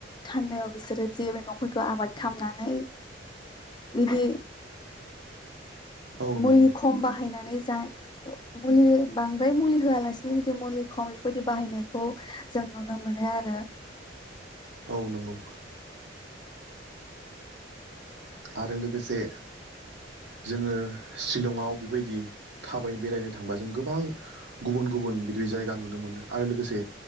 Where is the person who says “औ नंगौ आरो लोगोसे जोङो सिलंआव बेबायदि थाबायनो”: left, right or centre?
Right